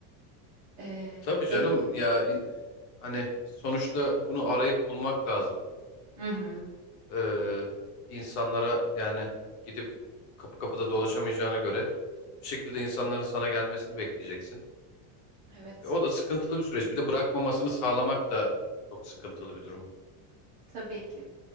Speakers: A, on the right (about 20°); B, on the left (about 65°).
A: Ee,
B: Tabii
A: ge-
B: canım ya i- hani sonuçta bunu arayıp bulmak lazım.
A: Hı hı,
B: Ee, insanlara yani gidip kapı kapıda dolaşamayacağına göre bir şekilde insanların sana gelmesini bekleyeceksin.
A: evet
B: E, o da sıkıntılı bir süreç. Bir de bırakmamasını sağlamak da çok sıkıntılı bir durum.
A: tabii ki.